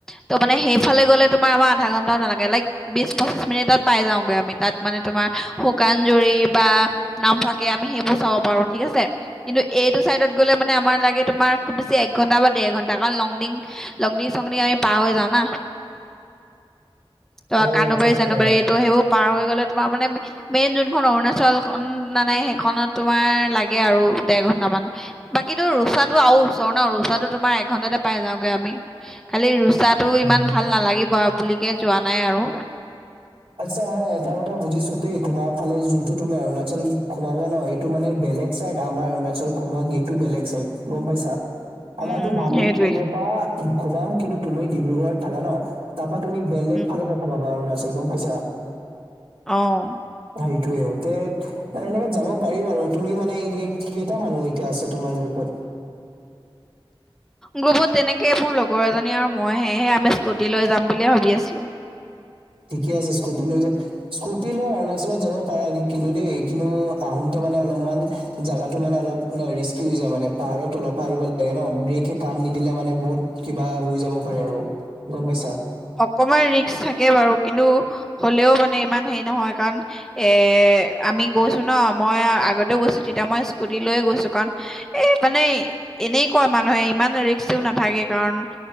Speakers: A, in the centre; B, on the right.
A: ত' মানে সেইফালে গ'লে তোমাৰ আমাৰ আধা ঘন্টাও নালাগে লাইক বিশ পঁচিশ মিনিটত পাই যাওঁগৈ আমি তাত মানে তোমাৰ শুকান জুৰি বা নামফাকে আমি সেইবোৰ চাব পাৰো ঠিক আছে। কিন্তু এইটো চাইডত গ'লে মানে আমাৰ লাগে তোমাৰ খুব বেছি এক ঘণ্টা বা ডেৰ ঘণ্টা কাৰণ লং ডিং লংডিং চংডিং আমি পাৰ হৈ যাওঁ না। ত'
B: অ
A: কানুবাৰী
B: আচ্ছা আচ্ছা
A: চানুবাৰীটো সেইবোৰ পাৰ হৈ গ'লে তোমাৰ মানে মেইন যোনখন অৰুণাচল মানে সেইখনত তোমাৰ লাগে আৰু দেৰ ঘন্টামান। বাকী ৰুচাটো আৰু ওচৰ ন ৰুচাটো তোমাৰ এঘন্টাতে পাই যাওগে আমি খালি ৰুচাটো ইমান
B: অ
A: ভাল নালাগিব বুলিকে যোৱা নাই আৰু
B: আচ্ছা মই এটা কথা বুজিছো তেই তোমাৰ ফালে যোনটো তুমি অৰুণাচল সোমাবা ন স টো মানে বেলেগ চাইড আমাৰ অৰুণাচল সোমোৱা গেতটো বেলেগ চাইড গম পাইছা আমাৰতো
A: উম উম
B: ভালু
A: সেইটোৱে
B: কম পৰা সোমাম কিন্তু তুমি ডিব্ৰুগড়ত থাকা ন তাপা তুমি বেলেগ
A: উম
B: ফালৰ পৰা সোমাবা অৰুণাচল গম পাইছা
A: অ
B: সেইটোয়ে এতে, এনেকে যাব পাৰি বাৰু তুমি মানে এতে কেইটা মানুহ এতিয়া আছে তোমাৰ গ্ৰুপত?
A: গ্ৰুপত তেনেকে মোৰ লগৰ এজনী আৰু মই হে সেয়ে আমি স্কুটি লৈ যাম বুলিয়ে ভাবি আছিলো।
B: ঠিকে আছে স্কুটি লৈ যায় স্কুটি লৈ অৰুণাচলত যাব পাৰা কিন্তু দেই, কিন্তু আহোতে মানে অলপমান জোগাটো মানে অলপ শুনা ৰিস্কি হৈ যায় মানে পাহাৰত তলৰ পৰা আহিব লাগে ন, ব্ৰেকে কাম নিদিলে মানে বহুত কিবা হৈ যাব পাৰে আৰু গম পাইছা।
A: অকনমান ৰিস্ক থাকে বাৰু কিন্তু হলেও মানে ইমান হেৰি নহয় কাৰণ এ আমি গৈছোঁ ন, মই আগতেও গৈছোঁ তেতি য়া মই স্কুটি লৈয়ে গৈছোঁ কাৰণ এ মানে এনে কয় মানুহে ইমান ৰিস্কও নাথাকে কাৰণ,